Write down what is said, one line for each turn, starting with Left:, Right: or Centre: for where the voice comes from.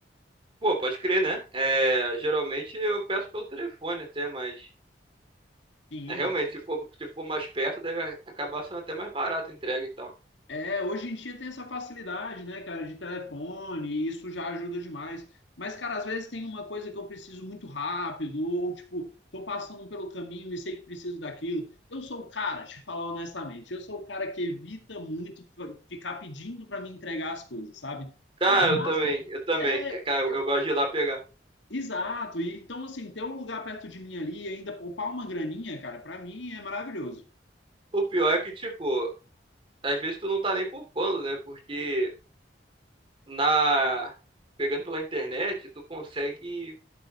Right: Pô, pode crer, né? É, geralmente eu peço pelo telefone até, mas
Left: Sim.
Right: é, realmente, se for, se for mais perto, deve acabar sendo até mais barato a entrega e tal.
Left: É, hoje em dia tem essa facilidade, né, cara, de telefone, e isso já ajuda demais. Mas, cara, às vezes tem uma coisa que eu preciso muito rápido, ou tipo, tô passando pelo caminho e sei que preciso daquilo. Eu sou o cara, te falar honestamente, eu sou o cara que evita muito f- ficar pedindo para me entregar as coisas, sabe?
Right: Cara,
Left: Eu gosto,
Right: eu também, eu também.
Left: é,
Right: Cara, eu,
Left: eu,
Right: eu gosto de ir lá pegar.
Left: Exato. E, então, assim, ter um lugar perto de mim ali e ainda poupar uma graninha, cara, pra mim é maravilhoso.
Right: O pior é que, tipo, às vezes tu não tá nem poupando, né? Porque na pegando pela internet, tu consegue